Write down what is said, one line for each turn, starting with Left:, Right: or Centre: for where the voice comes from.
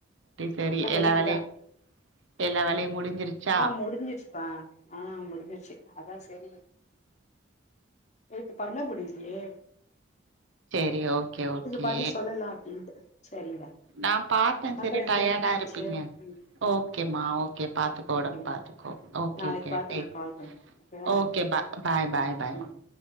Right: சரி
Left: ரொம்ப கொழுப்புதான்
Right: எல்லா வேலையு எல்லா வேலையு முடிஞ்சிருச்சா
Left: ஆஹ் முடிஞ்சிருச்சுப்பா ஆஹ் முடிஞ்சிருச்சு அதான் செரி நேத்து பண்ணமுடியலயே
Right: ஓகே ஓகே ஓகே
Left: படி சொல்லலா அப்டின்ட்டு சரிங்க
Right: நான் பாத்தேன்
Left: பாக்குறே
Right: செரி டயர்டா
Left: லேட் ஆயிடுச்சு
Right: இருப்பீங்க
Left: ம்
Right: ஓகே மா ஒகே பாத்துக்கோ
Left: ஓகேமா
Right: உடம்பு பாத்துக்க்கோ ஓகே
Left: நாளைக்கு
Right: ஓகே
Left: பாத்து
Right: டேக்
Left: நா கால் பண்றே ஓகேவா
Right: ஓகே ஓகே
Left: ம்
Right: பாய் பாய்
Left: ம்